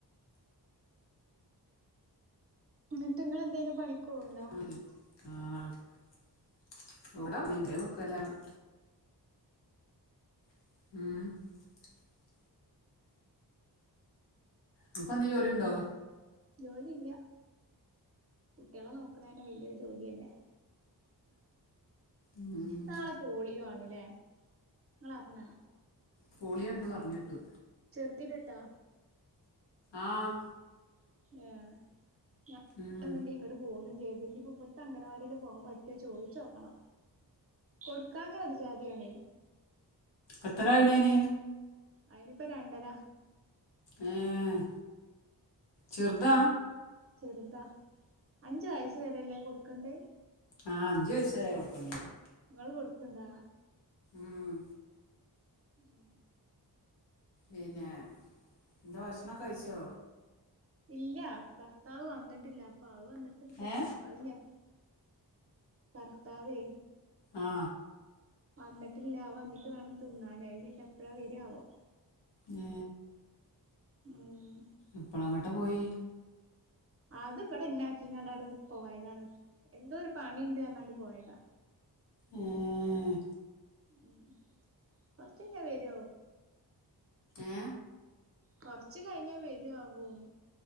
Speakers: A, on the right; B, on the left.
A: ന്നിട്ട്ങ്ങളെന്തേലും പണിക്കോവ്ണ്ടോ?
B: ശരി. ആ <inaudible> <inaudible> അൻക്കെന്തേ ജോലിണ്ടോ?
A: ജോലി ഇല്ല കുട്ടികളെ നോക്ക്‌ണെന്നെ വെല്യൊരു ജോലിയല്ലേ
B: ഉം
A: നാളെ പോളിയോ ആണ്ലേ ഇങ്ങളറിഞ്ഞോ
B: പോളിയ ഇണ്ട് പറഞ്ഞ് കേട്ടു.
A: ചെറുതിനിണ്ടാ?
B: ആഹ്
A: എഹ് ഞാൻ
B: ഉം
A: പിന്നെ ഇങ്ങട് പോന്നും ചെയ്ത് ഇനി പ്പ ഇവിടത്തെ അംഗൻവാടിൽ പോവാൻ പറ്റോ ചോദിച്ച് നോക്കണം. കൊടുക്കാഞ്ഞ ഒരു ജാതിയാണ്.
B: എത്രയായിണ് അയിന്?
A: അയിനിപ്പ രണ്ടര.
B: ഏഹ് ചെർതാ.
A: ചെർതാ. അഞ്ച് വയസ്സ് വരെല്ലേ കൊടുക്കണ്ടേ?
B: ആ അഞ്ച് വയസ്സ് വരെ കൊടുക്കണ്ടി
A: നിങ്ങള് കൊടു ക്കണ്ടാ?
B: ആഹ്
A: മ്
B: പിന്നെ എന്താ ഭക്ഷണം ഒക്കെ കഴിച്ചോ?
A: ഇല്ല, ഭർത്താവ് വന്നിട്ടില്ല, അപ്പ അത് വന്നിട്ട് തിന്നണം,
B: ഏ
A: അത് ഇനിയെപ് ഭർത്താവേ
B: ആ
A: വന്നിട്ടില്ല, വന്നിട്ട് വേണം തിന്നാനെ ഇനിപ്പ എപ്പഴാ വരാ ആവോ?
B: മ്
A: ഉം
B: എപ്പള അങ്ങട്ട് പോയി.
A: അത് ഇവിടെ എന്നെ ആക്കി ഇങ്ങാണ്ടാട് പോയതാണ്, എന്തോ ഒരു പണിണ്ട് പറഞ്ഞാണ്ട് പോയതാ.
B: ഏഹ്
A: മ് കൊറച്ചഞ്ഞ വരു.
B: ഏ
A: കൊറച്ച് കഴിഞ്ഞാൽ വരു ആകും